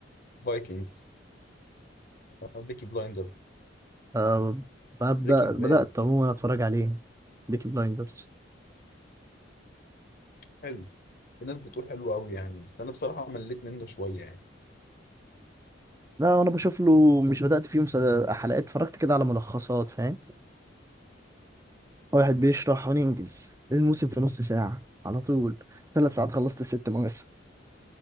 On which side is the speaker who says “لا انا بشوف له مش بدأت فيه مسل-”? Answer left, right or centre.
Right